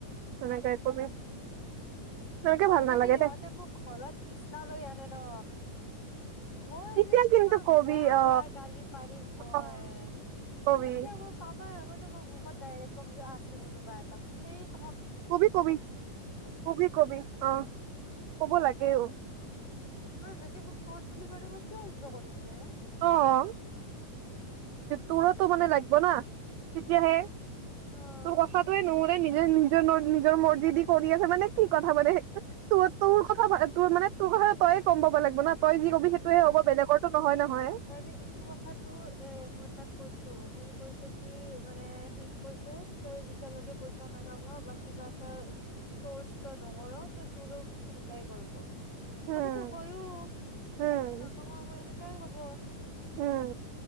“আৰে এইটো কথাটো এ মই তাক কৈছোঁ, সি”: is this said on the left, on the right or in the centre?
Left